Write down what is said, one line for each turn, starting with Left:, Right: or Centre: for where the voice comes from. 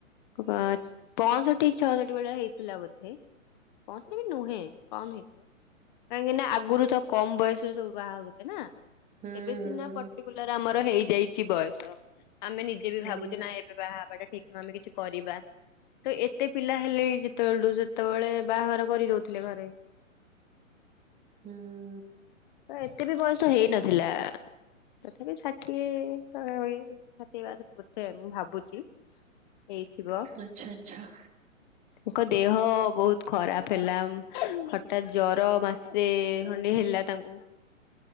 Left: କ ପା ପଂଷଠି ଛଅଷଠି ଭଳିଆ ହେଇଥିଲା ବୋଧେ। ପଂଷଠି ବି ନୁହେଁ କମ ହେଇଥିବ କାହିଁକି ନା ଆଗରୁ ତ କମ ବୟସ ରେ ସବୁ ବାହାହୋଉଥିଲେ ନା
Right: ହୁଁ
Left: ଏବେ ସିନା
Right: ହୁଁ
Left: ପର୍ଟିକୁଲାର ଆମର ହେଇଯାଇଛି ବୟସ। ଆମେ ନିଜେ ବି
Right: ହୁଁ
Left: ଭାବୁଛେ ନା ଏବେ ବାହାବାଟା ଠିକ। ଆମେ କିଛି କରିବା। ତ ଏତେ ପିଲା ହେଲେ ଯେତେବେଳଠୁ ସେତେବେଳେ ବାହାଘର କରିଦଉଥିଲେ ଘରେ।
Right: ହୁଁ।
Left: ତ ଏତେ ବି ବୟସ ହେଇ ନଥିଲା। ତଥାପି ଷାଠିଏ ପାଖାପାଖି ଷାଠିଏ ବାସଠୀ ବୋଧେ ମୁଁ ଭାବୁଛି। ହେଇଥିବ।
Right: ଆଚ୍ଛା, ଆଚ୍ଛା।
Left: ତାଙ୍କ ଦେହ ବହୁତ ଖରାପ ହେଲା। ହଠାତ୍ ଜର ମାସେ ଖଣ୍ଡେ ହେଲା। ତାଙ୍କୁ